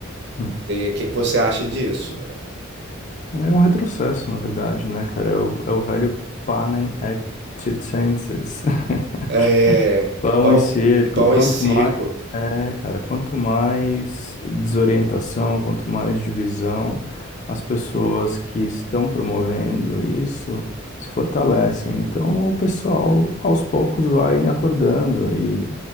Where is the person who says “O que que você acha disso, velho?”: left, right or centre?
Right